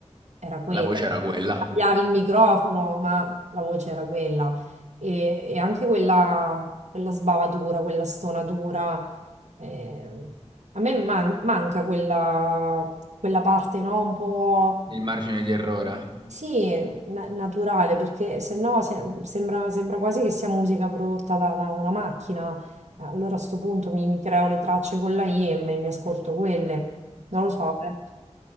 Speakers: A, on the right; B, on the right.
A: era quella.
B: la voce era quella,
A: Cambiavi il microfono, ma la voce era quella e, e anche quella, quella sbavatura, quella stonatura. eh, a me man- manca quella, quella parte, no? Un po',
B: il margine di errore.
A: sì, na- naturale, perché se no se- sembra, sembra quasi che sia musica prodotta da, da una macchina. Allora a sto punto mi, mi creo le tracce con la IM e mi ascolto quelle. Non lo so, eh.